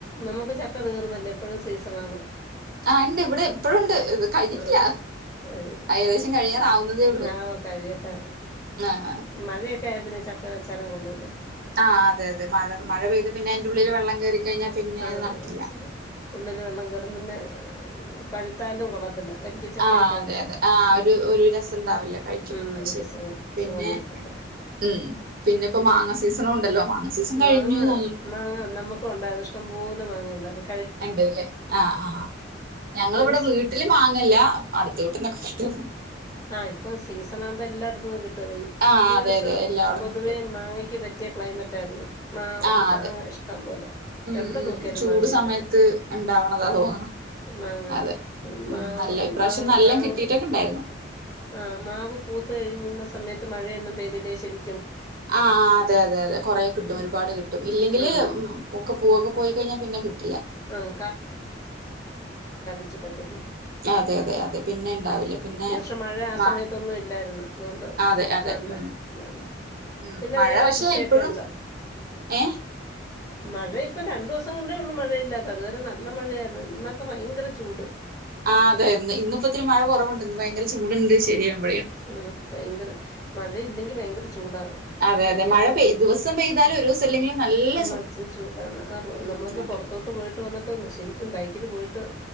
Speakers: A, on the left (about 20°); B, on the right (about 50°).
A: നമുക്ക് ചക്ക തീർന്നില്ല എപ്പോഴും സീസൺ ആണ്
B: ആഹ് ഉണ്ട് ഇവിടെ ഇപ്പഴും ഉണ്ട് കഴിഞ്ഞിട്ടില്ല
A: ആ അ
B: ഏകദേശം കഴിയാറാവുന്നതേ ഉള്ളൂ
A: ആ കഴിയട്ടെ
B: ആഹ്
A: മഴയൊ ക്കെ ആയാ പിന്നെ ചക്ക വെച്ചാലും കൊള്ളൂല
B: ആഹ് അതെ അതെ മഴ മഴ പെയ്ത് പിന്നെ അതിന്റുള്ളില് വെള്ളം കേറി കഴിഞ്ഞാ പിന്നെ
A: ആഹ്
B: അത് നടക്കില്ല
A: ച് ഉള്ളില് വെള്ളം കേറും പിന്നെ ഏഹ് പഴുത്താലും കൊള്ളത്തില്ല വരിക്കച്ചക്കയൊക്കെ
B: ആഹ് അതെ അതെ ആഹ്
A: ഉം
B: ഒരു ഒരു രസംണ്ടാവില്ല കഴിക്കുമ്പോ
A: ഉം
B: അത്
A: ഒരു
B: ശരിയാ
A: സുഖം
B: പിന്നെ
A: സുഖം വരത്തില്ല
B: ഉം പിന്നെപ്പോ
A: പിന്നെ
B: മാങ്ങ സീസണു ഉണ്ടല്ലോ മാങ്ങ സീസൺ
A: മാങ്ങ
B: കഴിഞ്ഞു തോന്നുന്നു
A: മാങ്ങ നമ്മുക്കും ഉണ്ടായിരുന്നു ഇഷ്ടം പോലെ മാങ്ങ ഇണ്ടാരുന്നു
B: ഇണ്ട്ല്ലേ ആഹ് ആഹ് ഞങ്ങളിവിടെ
A: ഈ വർഷം
B: വീട്ടില് മാങ്ങ ല്ല അടുത്ത വീട്ട്ന്നൊക്കെ <unintelligible>
A: ആഹ് ഇപ്പൊ സീസണാവുമ്പോ എല്ലാട ന്ന് കി ട്ടുലേ
B: ആഹ്
A: ഈ
B: അതെ
A: വർഷം
B: അതെ എല്ലാവിടന്നും
A: പൊതുവേ
B: കിട്ടും
A: മാങ്ങയ്ക്ക് പറ്റിയ ക്ലൈമറ്റാരുന്നു മാ
B: ആഹ്
A: മാങ്ങ
B: അതെ
A: ഇഷ്ടം പോലെ
B: ഉം
A: എവടെ
B: ഉം
A: നോക്കിയാലും
B: ചൂട്
A: മാങ്ങ ആയിരുന്നു.
B: സമയത്ത് ഉണ്ടാവണതാ
A: ആഹ്
B: തോന്നണു
A: മാങ്ങ
B: അതെ ഉം
A: മാവ്
B: നല്ല ഇപ്രാവശ്യം
A: മാ
B: നല്ല
A: മാങ്ങ
B: കിട്ടിട്ടൊക്കെ ഉണ്ടായിരുന്നു
A: ആഹ് മാവ് പൂത്ത കഴിഞ്ഞുന്ന സമയത്ത് മഴയൊന്നും പെയ്തില്ലേ ശരി
B: ആഹ് അതെ അതെ അതെ കൊറേ കിട്ടും
A: ഉം
B: ഒരുപാട് കിട്ടും ഇല്ലെങ്കില്
A: ഉം
B: ഒക്കെ പൂവൊക്കെ പോയി കഴിഞ്ഞാ പിന്നെ കിട്ടില്ല
A: ആഹ് ച്ചിട്ടത്തതേ
B: അതെ അതെ അതെ പിന്നെ ഇണ്ടാവില്ല പിന്നെ
A: ഈ വർഷം മഴ ആ
B: മാ
A: സമയത്തൊന്നും ഇല്ലായിരുന്നു അതുകൊണ്ട്
B: അതെ അതെ.
A: നല്ല
B: ഉം
A: ഇതാണ്
B: ഉം
A: പിന്നെ
B: മഴ
A: വേറെ
B: പക്ഷെ
A: കൃഷിയൊക്കെ
B: ഇപ്പഴും
A: ഇണ്ടോ
B: ഏഹ്
A: മഴ ഇപ്പം രണ്ടു ദിവസം കൊണ്ടേ ഉള്ളൂ മഴയില്ലാത്ത അതുവരെ നല്ല മഴയായിരുന്നു ഇന്നൊക്കെ ഭയങ്കര ചൂട്
B: ആ അതെ ഇന്ന് ഇന്നിപ്പോ ഇത്തിരി മഴ കൊറവുണ്ട്. ഇന്ന് ഭയങ്കര ചൂടുണ്ട് ശരിയാണ്
A: ഉം ഭയങ്കര മഴയില്ലെങ്കി ഭയങ്കര ചൂടാ
B: അതെ
A: പെരക്കാത്ത്
B: അതെ മഴ പെയ് ദിവസം പെയ്താലും ഒരൂസം ഇല്ലെങ്കിലും നല്ല
A: എ മച്ച് ചൂടാണ് അറ്
B: ഉം
A: നമ്മളൊന്ന്
B: അതെ.
A: പുറത്തോട്ട് പോയിട്ട് വന്നിട്ടന്ന് ശരി റ്റും ബൈക്കില് പോയിട്ട്